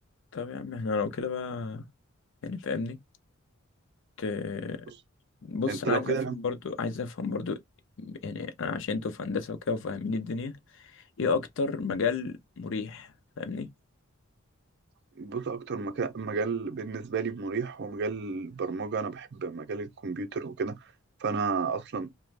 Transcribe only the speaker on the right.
بص
أنت
لو
كده
انا
بص أكتر مكا- مجال بالنسبة لي مريح هو مجال البرمجة أنا بحب مجال الكمبيوتر وكده فأنا أصلا